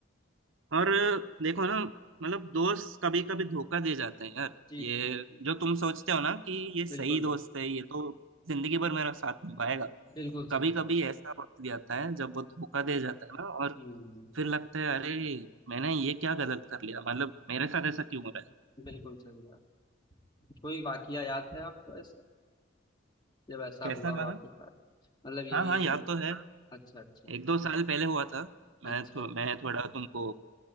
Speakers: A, on the right (about 80°); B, on the left (about 20°).
A: और देखो ना मतलब दोस्त कभी कभी धोखा दे जाते हैं यार
B: जी
A: ये
B: जी जी।
A: जो तुम सोचते हो ना कि ये सही
B: बिल्कुल
A: दोस्त है ये तो जिंदगी भर मेरा साथ निभाएगा
B: बिल्कुल
A: कभी
B: सही
A: कभी
B: बात है।
A: ऐसा वक्त भी आता है जब वो धोखा दे जाता है ना और
B: हम्म
A: फिर लगता है अरे मैंने ये क्या गलत कर लिया मतलब मेरे साथ ऐसा क्यों हो रहा
B: बिल्कुल सही बात कोई वाकया याद है आपको ऐसा जब ऐसा
A: है कैसा
B: हुआ हो
A: माना
B: आपके साथ मतलब यही
A: हाँ हाँ याद तो है
B: अच्छा अच्छा
A: एक दो साल पहले हुआ था मैं
B: अच्छा
A: थो, मैं थोड़ा तुमको